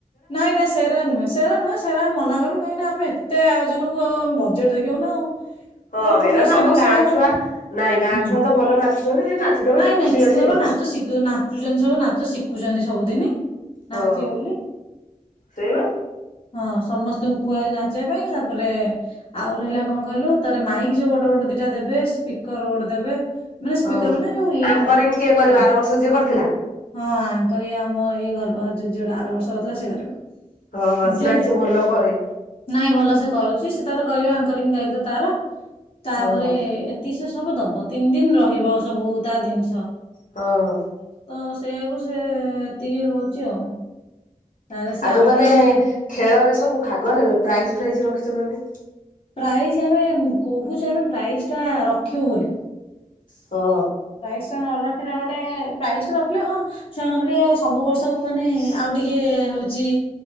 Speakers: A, on the left; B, on the left.
A: ନାଇଁ ନାଇଁ ସେରା ନୁହେଁ ସେରା ନୁହେଁ ସେରା ମନା କଲୁ କାହିଁକିନା ଆମେ ଏତେ ଆୟୋଜନକୁ ବଜେଟ୍ ଦେଖିବୁ ନା ଆଉ। ତାର
B: ହଁ
A: ପୁଣି
B: ଏରା
A: ରୋଷେଇ
B: ତ ଆମ
A: ଫୋଷେଇ
B: ଗାଁ
A: ହବ
B: ଛୁଆ
A: ନା ହୁଁ
B: ନାଇଁ ଗାଁ ଛୁଆ ତ ଭଲ ନାଚୁଛନ୍ତି ହେଇ ନାଚିଦେବେ
A: ନାଇଁ
B: ଟିକେ ଖୁସି
A: ନାଇଁ
B: ବାସି
A: ଛୁଆ
B: ହେଇଯିବ
A: ବା ନାଚ ଶିଖୁ ନାଚୁଛନ୍ତି ସବୁ ନାଚ ଶିଖୁଛନ୍ତି। ସବୁଦିନି
B: ହଁ
A: ନାଚେ ବୋଲି।
B: ସେଇବା
A: ହଁ ସମସ୍ତଙ୍କୁ କୁହାଯାଇଛି ନାଚିବା ପାଇଁ ତାପରେ ଆଉ ରହିଲା କଣ କହିଲୁ ତାର ମାଇକ ଯୋଉ ଗୋଟେ ଗୋଟେ ଦିଟା ଦେବେ ସ୍ପିକର ଗୋଟେ ଦେବେ ମାନେ ସ୍ପିକର
B: ଓହୋ
A: ମାନେ ଯୋଉ ଇଏ
B: ଆଙ୍କରିଂ କିଏ କରିବ
A: କହ
B: ଆର ବର୍ଷ ଯିଏ କରିଥିଲା
A: ହଁ ୟାଙ୍କରି ଆମ ଇଏ ଆମ ଏଇ ଘର ପାଖରୁ ଯୋଉ ଝିଅ ଟା ଆର ବର୍ଷ ନା ସେ କରିବ।
B: ହଁ
A: ଯେ
B: ନାଇଁ ସେ ଭଲ କରେ।
A: ନାଇଁ ଭଲ ସେ କରୁଛି ସେ ତାର କରିବା। ଙ୍କରିଙ୍ଗ ଦାୟିତ୍ୱ ତାର- ତାପରେ
B: ହଁ
A: ଏତି ସେ ସବୁ ଦବ ତିନି ଦିନ ରହିବ। ସବୁ ତା ଜିନିଷ
B: ହଁ।
A: ତ ସେୟାକୁ ସେ ଏତିକି ହଉଛି ଆଉ। ତାର ସେ
B: ଆଉ ଯୋଉମାନେ
A: ତାର ଯୋଉ
B: ଖେଳରେ ସବୁ ଭାଗ ନେବେ ପ୍ରାଇଜ ଫ୍ରାଇଜ୍ ରଖିଛ ନା ନାଇଁ?
A: ପ୍ରାଇଜ ଆମେ କହୁଛେ ଆମେ ପ୍ରାଇଜ ଟା ରଖିବୁ ବୋଲି।
B: ହଁ
A: ପ୍ରାଇଜ ଟା ନ ରଖ୍ ସେଷର ଗୋଟେ ପ୍ରାଇଜ୍ ଟା ରଖିଲେ ହଁ ଛୁଆଙ୍କର ଟିକେ ସବୁ ବର୍ଷକୁ ମାନେ ଆଉ ଟିକେ ହଉଛି